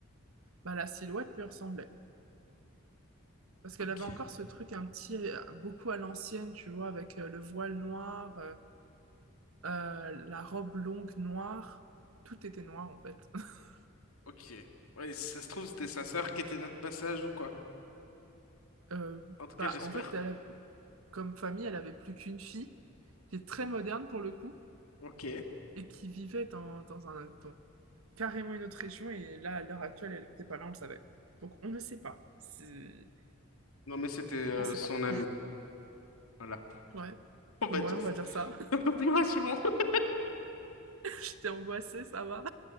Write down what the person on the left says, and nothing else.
Ok.
Ok. Ouais, si ça se trouve, c'était sa sœur qui était là de passage ou quoi?
En tout cas,
j'espère.
Ok.
Non, mais c'était euh,
son
ami. Voilà. <laughs>
On va
dire
ça.
<laughs> Un peu plus rassurant. <laughs>